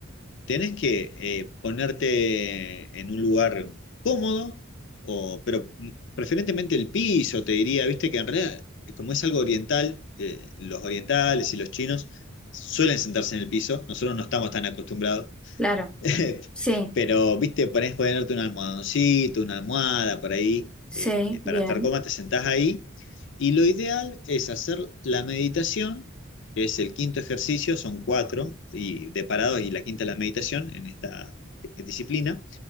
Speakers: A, on the left (about 60°); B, in the centre.
A: tenés que eh, ponerte en un lugar cómodo, o, pero preferentemente el piso, te diría, viste que en realidad, eh, como es algo oriental, eh, los orientales y los chinos suelen sentarse en el piso, nosotros no estamos tan acostumbrados,
B: Claro.
A: <laughs>
B: Sí,
A: Pero, viste, ponés, ponerte un almohadoncito, una almohada por ahí,
B: sí,
A: eh, eh, para
B: bien.
A: estar cómoda, te sentás ahí. Y lo ideal es hacer la meditación, que es el quinto ejercicio, son cuatro, y de parados y la quinta es la meditación en esta eh, disciplina.